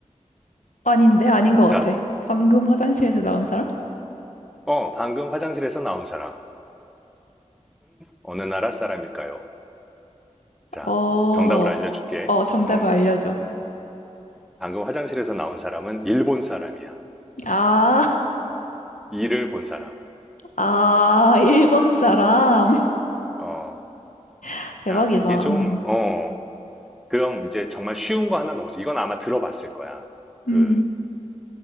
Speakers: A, on the left; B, in the centre.
A: 아닌데? 아닌 것 같아.
B: 자,
A: 방금 화장실에서 나온 사람?
B: 어, 방금 화장실에서 나온 사람은 어느 나라 사람일까요? 자,
A: 어,
B: 정답을 알려줄게.
A: 어, 정답을
B: 어,
A: 알려줘.
B: 방금 화장실에서 나온 사람은 일본 사람이야.
A: 아,
B: 이를 본 사람.
A: 아, 일본 사람.
B: 어,
A: <laughs> 대박이다.
B: 야, 이게 좀,
A: 음,
B: 어, 그럼 이제 정말 쉬운 거 하나 넘어지. 이건 아마 들어봤을 거야. 그,
A: 음.